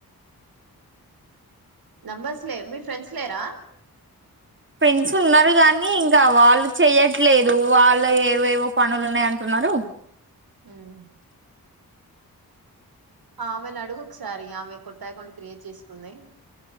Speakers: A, on the right (about 70°); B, on the right (about 30°).
A: నమ్మర్స్లె మీ ఫ్రెండ్స్ లేరా
B: ఫ్రెండ్స్ ఉన్నారు కానీ ఇంకా వాళ్ళు చెయట్లేదు వాళ్ళ ఏవేవో పనులు ఉన్నాయ అంటు న్నారు
A: మ్మ్ ఆ ఆమెను అడుగు ఒకసారి ఆమె కొత్త అకౌంట్ క్రియేట్ చేసుకుంది